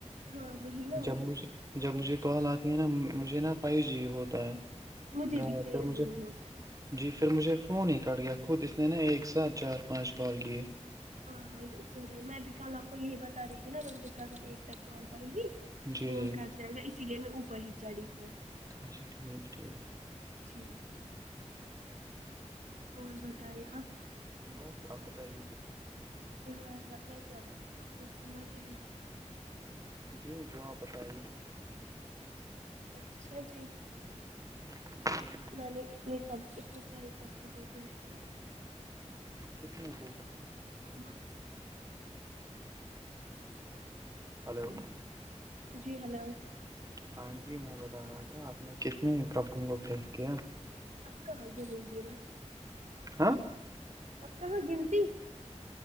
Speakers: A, on the right; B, on the right.
A: ہاں وہی نا وہی
B: جب مجھے جب مجھے کال آتی ہے نا مجھے نا فائیو جی ہوتا ہے
A: مجھے
B: نہیں
A: بھی سیم
B: پھر مجھے
A: یہی ہوتا ہے
B: جی پھر مجھے فون ہی کٹ گیا خود اس نے نا ایک ساتھ چار پانچ کال کیے
A: ہاں ہاں یہ اس سے ہوتا ائے میں بھی کل آپ کو یہی بتا رہی تھی نا ان کے کزن ایک ساتھ کال کرے گی
B: جی
A: فون
B: جی
A: کٹ جائے گا اسی لیے میں اوپر ہی چڑھی پھر
B: اچھا ٹھیک ٹھیک
A: جی جی اور بتائی آپ
B: بس آپ بتائیے کچھ
A: ہ میں کیا بتاؤں آپ کو سننا کیا ہے
B: جی جو آپ بتائیے
A: اچھا جی
B: <unintelligible>
A: میں نے اتنے ک اتنے سارے کپڑوں کو پریس کیے
B: کتنوں کو
A: <unintelligible>
B: ہلو
A: جی ہلو
B: ہاں جی میں بتا رہا تھا آپ نے کتنے کپڑوں کو پریس کیا
A: <unintelligible>
B: ہاں
A: اور کہاں گنتی